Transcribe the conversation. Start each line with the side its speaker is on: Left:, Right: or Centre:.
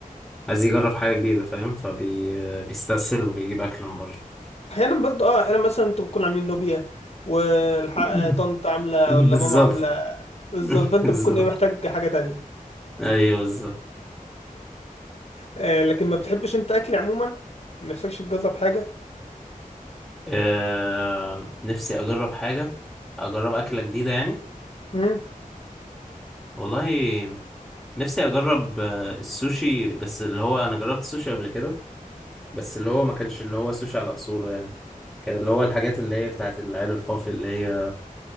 Centre: عايز يجرب حاجة جديدة فاهم فبيستسهل وبيجيب أكل من بره
Left: احيانا برضه اه احيانا مثلا انتوا بتكونوا عاملين لوبيا والحق
Centre: <laughs>
Left: طنط عامله
Centre: بالظبط
Left: ولا ماما عامله بالظبط
Centre: <laughs>
Left: فانت
Centre: بالظبط
Left: بتكون ايه محتاج حاجه تانية
Centre: أيوه بالظبط
Left: آه لكن ما بتحبش انت اكل عموما ما نفسكش تجرب حاجه
Centre: آه... نفسي أجرب حاجة أجرب أكلة جديدة يعني
Left: امم
Centre: والله نفسي أجرب آه، السوشي بس اللي هو أنا جربت السوشي قبل كده بس اللي هو ما كانش اللي هو سوشي على أصوله يعني كان اللي هو الحاجات اللي هي بتاعت العيال الفافي اللي هي